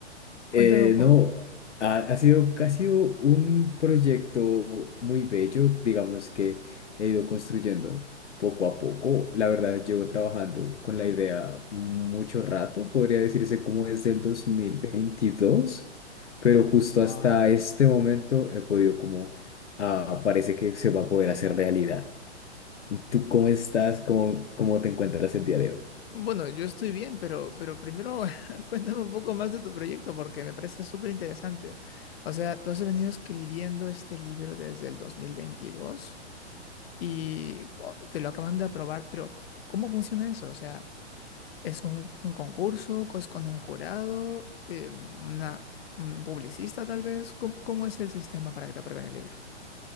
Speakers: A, on the left (about 55°); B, on the left (about 75°).
A: Cuéntame
B: Eh,
A: un poco.
B: no, ha, ha sido, ha sido un proyecto muy bello, digamos que he ido construyendo poco a poco. La verdad, llevo trabajando con la idea mucho rato, podría decirse como desde el 2022, pero justo
A: ¡Wow!
B: hasta este momento he podido como, ah, parece que se va a poder hacer realidad. ¿Tú cómo estás? ¿Cómo, cómo te encuentras el día de hoy?
A: Bueno, yo estoy bien, pero, pero primero <laughs> cuéntame un poco más de tu proyecto porque me parece súper interesante. O sea, tú has venido escribiendo este libro desde el 2022 y oh, te lo acaban de aprobar, pero ¿cómo funciona eso? O sea, Es un, un concurso, es con un jurado, eh, una, un publicista tal vez. ¿Cómo, cómo es el sistema para que te aprueben el libro?